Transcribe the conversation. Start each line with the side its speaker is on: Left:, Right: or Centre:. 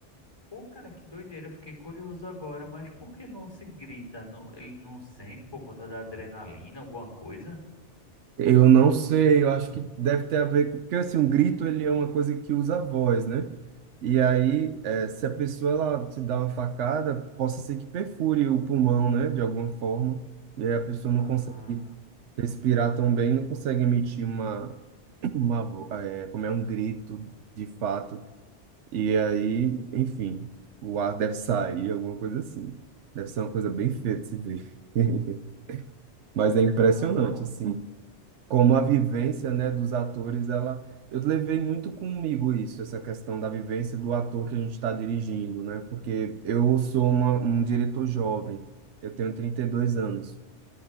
Left: Pô, cara, que doideira. Eu fiquei curioso agora, mas por que não se grita? Não- ele não sente por conta da adrenalina, alguma coisa?
Right: Eu não sei, eu acho que deve ter a ver com... Porque, assim, um grito, ele é uma coisa que usa a voz, né? E aí, eh, se a pessoa, ela te dá uma facada, possa ser que perfure o pulmão, né? De alguma forma. E aí a pessoa não
Left: Ah,
Right: consegue respirar tão bem, não consegue emitir uma... uma vo- eh, como é um grito, de fato. E aí, enfim, o ar deve sair, alguma coisa assim. Deve ser uma coisa bem feia de se ver. <laughs> Mas é impressionante,
Left: ah, pô,
Right: assim como a vivência, né, dos atores, ela eu levei muito comigo isso, essa questão da vivência do ator que a gente está dirigindo, né? Porque eu sou uma, um diretor jovem, eu tenho 32 anos.